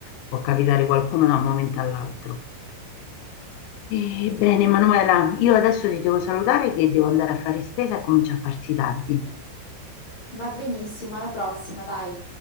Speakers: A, on the left (about 85°); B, on the left (about 50°).
A: può capitare qualcuno da un momento all'altro. Ebbene, Manuela, io adesso ti devo salutare che devo andare a fare spesa e comincia a farsi tardi.
B: Va benissimo, alla prossima, dai.